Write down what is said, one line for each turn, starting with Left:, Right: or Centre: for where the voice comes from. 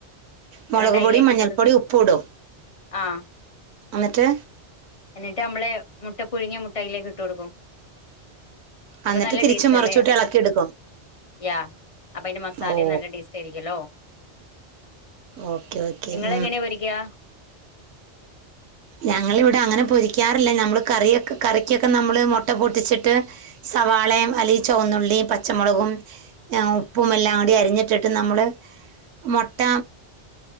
Right: മുളക്
Left: എന്നിട്ട് അയിലേക്ക്
Right: പൊടിയും മഞ്ഞൾപ്പൊടിയും
Left: ഇട്ട് കൊടു
Right: ഉപ്പും ഇടും
Left: ആഹ്
Right: എന്നിട്ട്
Left: എന്നിട്ട് ഞമ്മള് മുട്ട പുഴുങ്ങിയ മുട്ട അയിലേക്ക് ഇട്ട് കൊടുക്കും അപ്പൊ
Right: എന്നിട്ട്
Left: നല്ല
Right: തിരിച്ചും
Left: ടേസ്റ്റ്
Right: മറിച്ചിട്ട്
Left: അല്ലേ
Right: ഇളക്കി എടുക്കും
Left: യാ അപ്പൊ അയിന്റെ മസാലയും
Right: ഓ
Left: നല്ല ടേസ്റ്റ് ആയിരി ക്കുലോ
Right: ഓക്കെ ഓക്കെ
Left: ഇങ്ങളെങ്ങനെ
Right: ഉം
Left: പൊരിക്കാ
Right: ഞങ്ങളിവിടെ അങ്ങനെ പൊരിക്കാറില്ല നമ്മൾ കറിയൊക്കെ കറിക്കൊക്കെ നമ്മൾ മുട്ട പൊട്ടിച്ചിട്ട് സവാളയും അല്ല ചുവന്നുള്ളി പച്ചമുളകും ഉപ്പും എല്ലാം കൂടി അരിഞ്ഞിട്ടിട്ട് നമ്മള് മുട്ട